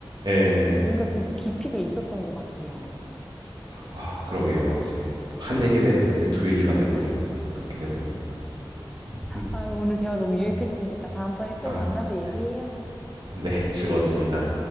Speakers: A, on the right; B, in the centre.
A: 예.
B: 뭔가 좀 깊이가 있었던 것 같아요.
A: 와, 그러게요. 이제 한 얘기를 했는데 두 얘기가 돼버리고 그렇게 돼버린. <laughs>
B: 아, 오늘 대화 너무 유익했습니다.
A: 네.
B: 다음번에 또
A: 아,
B: 만나서 얘기해요.
A: 네. 네, 즐거웠습니다.